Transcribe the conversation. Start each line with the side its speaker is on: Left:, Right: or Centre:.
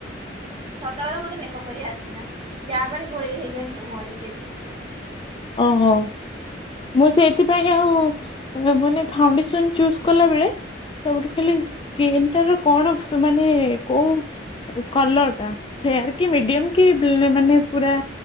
Right: ସତକଥା ମତେ ମେକଅପ୍ କରି ଆସେନା ଯାହା ପାରେ ଘୋରିଇ ହେଇଯାଏ ଏମତି ମୁହଁରେ ସେଇଥିପାଇଁ।
Left: ଓହୋ। ମୁଁ ସେଥିପାଇଁ ଆଉ ମାନେ ଫାଉଣ୍ଡେସନ ଚୁଜ କଲା ବେଳେ ସବୁଠୁ ଖାଲି
Right: ହୁଁ
Left: ସ୍କିନ୍ ଟାର କଣ ମାନେ କୋଉ କଲର ଟା ଫେୟାର କି ମିଡିଅମ କି ବିଲି ମାନେ ପୁରା